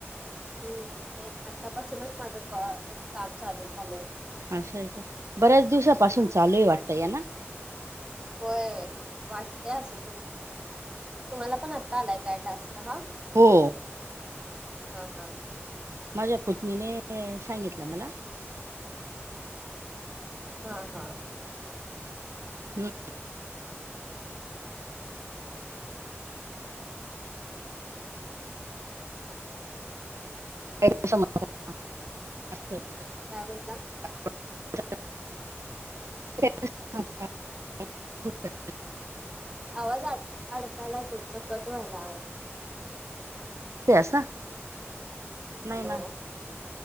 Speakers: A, on the right (about 20°); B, on the right (about 85°).
A: हम्म नाही आतापासूनच माझं काम चालू झालंय.
B: असं आहे का बऱ्याच दिवसापासून चालूही वाटतं या ना
A: होय वाटतय असं तरी तुम्हाला पण आता आलाय काय टास्क हा.
B: हो
A: हा हा.
B: माझ्या पुतनीने सांगितलं मला.
A: हा हा.
B: हम अ <unintelligible>
A: काय बोलला.
B: <inaudible>
A: आवाज आड- आडकालाय तुमचा कट व्हायला आवाज.
B: असं. नाही
A: हॅलो
B: ना